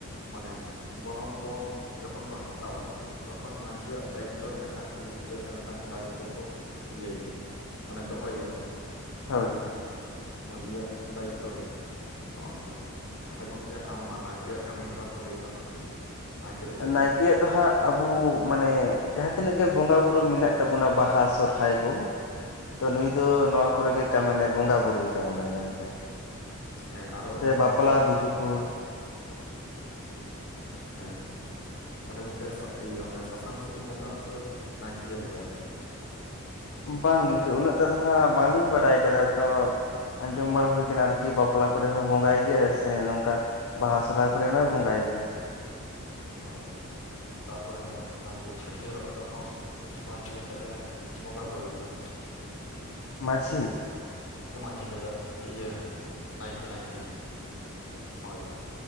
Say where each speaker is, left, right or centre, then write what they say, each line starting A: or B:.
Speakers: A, on the left; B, on the left.
A: ᱢᱟᱱᱮ ᱜᱚᱱᱚᱝ ᱯᱚᱱ ᱡᱚᱠᱷᱚᱱ ᱠᱚ ᱦᱟᱛᱟᱣᱟ ᱛᱚᱠᱷᱚᱱ ᱢᱟᱹᱡᱷᱤ ᱭᱟᱜ ᱫᱟᱭᱤᱛᱛᱚ ᱨᱮ ᱢ ᱢᱤᱷ ᱴᱟᱝ ᱠᱩᱲᱤ ᱜᱤᱫᱽᱨᱟᱹ ᱥᱮ ᱢᱤᱜ ᱴᱟᱝ ᱠᱚᱲᱟ ᱜᱤᱫᱽᱨᱟᱹ ᱠᱚ ᱤᱭᱟᱹᱭ ᱭᱟ ᱢᱟᱱᱮ ᱫᱚᱦᱚᱭ ᱮᱭᱟᱠᱚ᱾
B: ᱦᱚᱭ᱾
A: ᱢᱟᱹᱡᱷᱤᱭᱟᱜ ᱫᱟᱭᱤᱛᱛᱚ ᱨᱮ ᱱᱚᱜᱚᱱᱠᱟ᱾ ᱛᱟᱦᱚᱞᱮ ᱜᱚᱝᱠᱮ ᱟᱢ ᱢᱟ ᱱᱟᱭᱠᱮᱭᱟᱜ ᱠᱟᱹᱢᱤ ᱦᱚᱨᱟ ᱠᱚ ᱞᱟᱹᱭ ᱛᱟᱞᱟᱝ ᱢᱮ᱾ ᱱᱟᱭᱠᱮ ᱫᱚ ᱪᱮᱫ
B: ᱱᱟᱭᱠᱮᱭᱟᱜ
A: ᱮ ᱪᱤᱠᱟᱹᱭᱟ
B: ᱫᱚ ᱦᱟᱸᱜ ᱟᱵᱩ ᱢᱟᱱᱮ ᱡᱟᱦᱟᱸ ᱛᱤᱱᱟᱹᱜ ᱜᱮ ᱵᱚᱸᱜᱟ ᱵᱩᱨᱩ ᱢᱮᱱᱟᱜ ᱛᱟᱵᱚᱱᱟ ᱵᱟᱦᱟ ᱥᱚᱦᱨᱟᱭ ᱠᱩ᱾ ᱛᱚ ᱱᱩᱭ ᱫᱚ ᱱᱚᱣᱟ ᱠᱚᱨᱮᱜᱮ ᱠᱟᱢᱮᱱᱮ ᱵᱚᱸᱜᱟ ᱵᱩᱨᱩᱭ ᱛᱟᱵᱚᱱᱟᱭ ᱢᱮᱱᱛᱮ᱾
A: ᱦᱮᱸ ᱟᱨᱚ
B: ᱥᱮ
A: ᱚᱱᱠᱟᱱᱟᱜ
B: ᱵᱟᱯᱞᱟ
A: ᱪᱮᱫ
B: ᱵᱤᱦᱟᱹ ᱠᱚ
A: ᱦᱮᱸ᱾ ᱛᱟᱞᱦᱮ ᱜᱚᱝᱠᱮ ᱥᱟᱜ ᱤᱭᱟᱹ ᱚᱱᱮ ᱥᱟᱥᱟᱝ ᱥᱩᱱᱩᱢ ᱵᱚᱸᱜᱟ ᱦᱚᱛᱚ ᱱᱟᱭᱠᱮ ᱜᱮ ᱵᱚᱸᱜᱟᱭᱟ᱾
B: ᱵᱟᱝ ᱜᱚᱝᱠᱮ ᱩᱱᱟᱹᱜ ᱴᱟᱜ ᱫᱚ ᱦᱟᱜ ᱵᱟᱞᱤᱧ ᱵᱟᱲᱟᱭ ᱠᱟᱫᱟ ᱛᱚ ᱟᱸᱡᱚᱢ ᱵᱟᱲᱟ ᱦᱩᱭ ᱠᱟᱱᱟ ᱟᱨᱠᱤ ᱵᱟᱯᱞᱟ ᱠᱚᱨᱮ ᱦᱚᱸ ᱵᱚᱸᱜᱟᱭ ᱜᱮᱭᱟ ᱥᱮ ᱱᱚᱝᱠᱟ ᱵᱟᱦᱟ ᱥᱚᱦᱚᱨᱟᱭ ᱠᱚᱨᱮ ᱢᱟᱭ ᱵᱚᱸᱜᱟ ᱭᱜᱮ᱾
A: ᱦᱳᱭ ᱛᱟᱯᱚᱨᱮ ᱧᱮᱞᱚᱜ ᱠᱟᱱᱟ ᱡᱮ ᱪᱷᱟᱹᱴᱭᱟᱹᱨ ᱚᱠᱛᱚ ᱦᱚᱸ ᱢᱟᱹᱡᱷᱤ ᱟᱛᱮᱜ-ᱮ ᱵᱚᱸᱜᱟ ᱵᱩᱨᱩᱭ ᱜᱮᱭᱟ᱾
B: ᱢᱟᱹᱪᱷᱤ?
A: ᱢᱟᱡᱷᱤᱧ ᱞᱟᱹᱭᱫᱟ ᱤᱭᱟᱹ ᱱᱟᱭᱠᱮ ᱱᱟᱭᱠᱮ ᱦᱳᱭ᱾